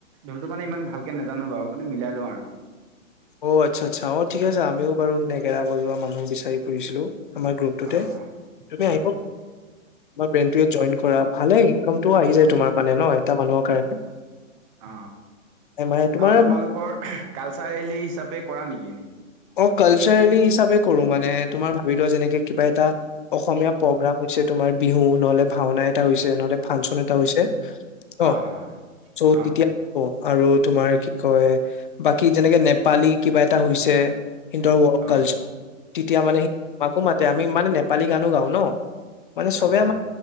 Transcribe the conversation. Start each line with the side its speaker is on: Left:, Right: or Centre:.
Right: ঢোলটো মানে ইমান ভালকে নাজানো বাৰু মানে মিলাই লওঁ আৰু
Left: অ আচ্ছা আচ্ছা অ ঠিক আছে আমিও বাৰু নেগেৰা বজোৱা মানুহ বিচাৰি ফুৰিছিলো। আমাৰ গ্ৰুপটোতে
Right: অ
Left: তুমি
Right: হয়
Left: আহিব মই ব্ৰেনডটো জইন কৰা ভালে ইনকামটো আহি যায় তোমাৰ মানে নহ এটা মানুহৰ কাৰণে
Right: অ
Left: এমাহে তোমাৰ
Right: আমাৰ তোমালোকৰ কালচাৰেলি হিচাপে কৰা নেকি
Left: অ কালচাৰেলি হিচাপে কৰো মানে তোমাৰ ভাবি লোৱা যেনেকে কিবা এটা অসমীয়া প্ৰগ্ৰাম হৈছে আমাৰ বিহু নহলে ভাওনা এটা হৈছে নহলে ফাংচন এটা হৈছে অহঁ
Right: অ হা
Left: চউ
Right: অ
Left: এতিয়া অহঁ আৰু তোমাৰ কি কয় বাকী যেনেকে নেপালী কিবা এটা হৈছে সিন্দৰ ৱৰ্ড
Right: অ
Left: কালচাৰ তেতিয়া মানে আমাকো মাতে আমি মানে নেপালী গানো গাওঁ নহঁ মানে চবে
Right: আচ্ছা
Left: আমাক